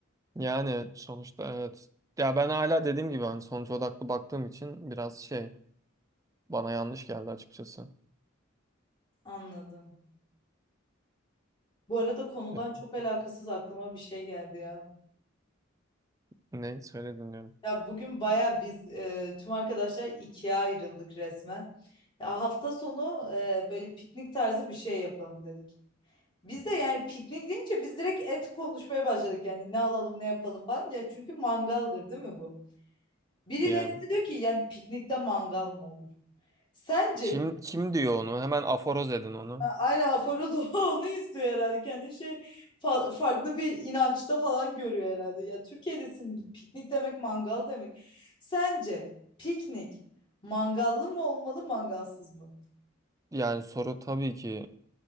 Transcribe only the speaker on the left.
Anladım. Bu arada konudan
çok alakasız aklıma bir şey geldi ya.
Ya bugün baya biz e, tüm arkadaşlar ikiye ayrıldık resmen. Ya hafta sonu e, böyle piknik tarzı bir şey yapalım dedik. Biz de yani piknik deyince biz direkt et konuşmaya başladık. Yani ne alalım ne yapalım falan. Ya çünkü mangaldır değil mi bu? Birileri
de diyor ki yani piknikte mangal mı olur? Sence
A- Aynen aforoz <laughs> onu izliyor herhalde. Kendi şey fa- farklı bir inançta falan görüyor herhalde. Ya Türkiye'desin piknik demek mangal demek. Sence piknik mangallı mı olmalı mangalsız mı?